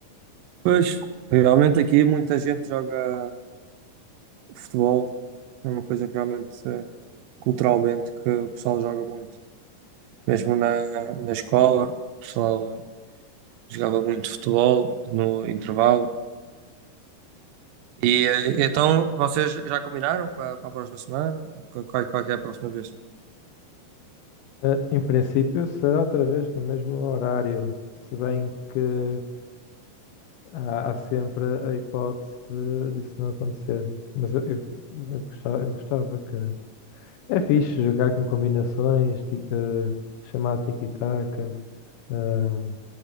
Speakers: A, on the right; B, on the left.
A: pois, realmente aqui muita gente joga futebol, é uma coisa que realmente eh, culturalmente que o pessoal joga muito. Mesmo na, na escola, o pessoal jogava muito futebol no intervalo E, eh, então vocês já combinaram para, para a próxima semana? Qual, qual- qual que é a próxima vez?
B: Eh, em princípio, será outra vez no mesmo horário, se bem que há, há sempre a hipótese de, disso não acontecer. Mas eu, eu, eu gostava, eu gostava que. É fixe jogar com combinações, ti- eh, chamado tiki-taka. Ah,